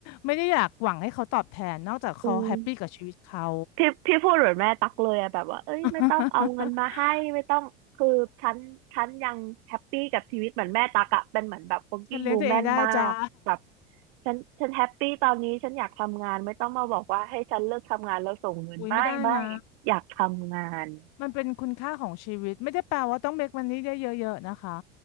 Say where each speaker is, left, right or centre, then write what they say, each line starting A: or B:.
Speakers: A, on the left; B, on the right.
A: ไม่ได้อยากหวังให้เขาตอบแทนนอกจากเขาแฮปปี้กับชีวิตเขา
B: อืมพี่พี่พูดเหมือนแม่ตักเลยอะแบบว่าเอ้ยไม่ต้องเอาเงินมาให้ไม่ต้องคือฉันฉันยังแฮปปี้กับชีวิตเหมือนแม่ตักอะเป็นเหมือนแบบ
A: <laughs>
B: working
A: ฉันเลี้ยงตัวเองได้จ้า
B: woman มากแบบฉันฉันแฮปปี้ตอนนี้ฉันอยากทำงานไม่ต้องมาบอกว่าให้ฉันเลิกทำงานแล้วส่งเงินไม่ไม่
A: <laughs> อุ้ยไม่ได้นะ
B: อยากทำงาน
A: มันเป็นคุณค่าของชีวิตไม่ได้แปลว่าต้องเมคมันนี่ได้เยอะๆนะคะ